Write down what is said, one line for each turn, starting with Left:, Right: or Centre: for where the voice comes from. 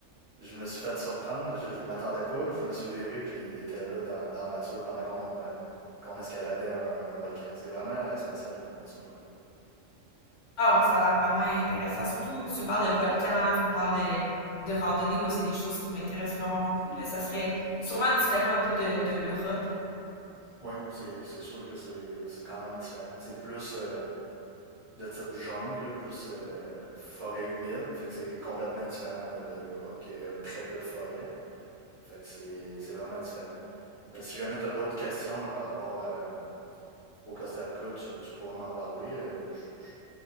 Right: Je me suis fait surprendre, là, je, je m'attendais pas, puis je me suis viré, puis il était là dans, dans la nature pendant qu'on m'a- qu'on escaladait un, un volcan. C'est vraiment euh, spécial la nature là-bas.
Left: Ah ouais, ça a l'air vraiment intéressant. Surtout, tu me parles de volcans, tu me parles de, de randonnée. Moi, c'est des choses qui m'intéressent vraiment beaucoup, là. Ça serait sûrement différent un peu de, de l'Europe.
Right: Oui, c'est c'est sûr que c'est c'est quand même différent. C'est plus euh, de type jungle, là, plus euh, forêt humide. Fait que c'est complètement différent là, de l'Europe qui a très peu de forêt. Fait que c'est c'est vraiment différent. Euh, si jamais tu as d'autres questions là, par rapport euh, au Costa Rica, tu, tu pourras m'en parler. Euh, je- je-